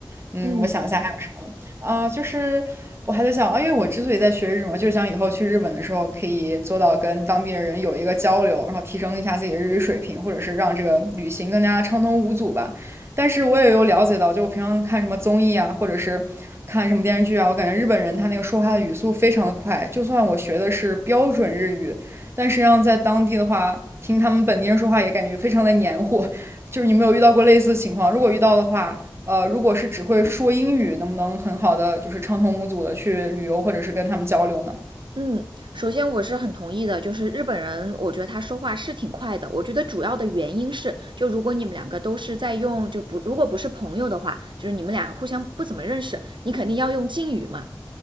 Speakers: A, on the right; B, on the right.
A: 嗯，
B: 嗯
A: 我想一下还有什么啊、就是我还在想啊，因为我之所以在学日语嘛，就是想以后去日本的时候可以做到跟当地的人有一个交流，然后提升一下自己的日语水平，或者是让这个旅行更加畅通无阻吧。但是我也有了解到，就我平常看什么综艺啊，或者是看什么电视剧啊，我感觉日本人他那个说话的语速非常的快，就算我学的是标准日语，但实际上在当地的话，听他们本地人说话也感觉非常的黏糊。就是你没有遇到过类似情况？如果遇到的话，呃，如果是只会说英语，能不能很好的就是畅通无阻的去旅游或者是跟他们交流呢？
B: 嗯，首先我是很同意的，就是日本人，我觉得他说话是挺快的。我觉得主要的原因是，就如果你们两个都是在用，就不如果不是朋友的话，就是你们俩互相不怎么认识，你肯定要用敬语嘛。